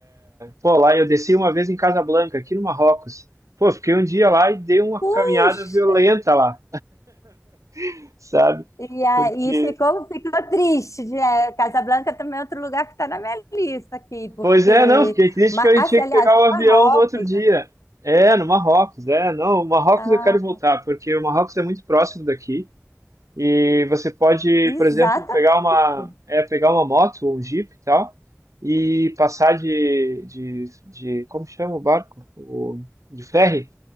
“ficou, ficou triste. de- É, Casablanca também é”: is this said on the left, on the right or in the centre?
Left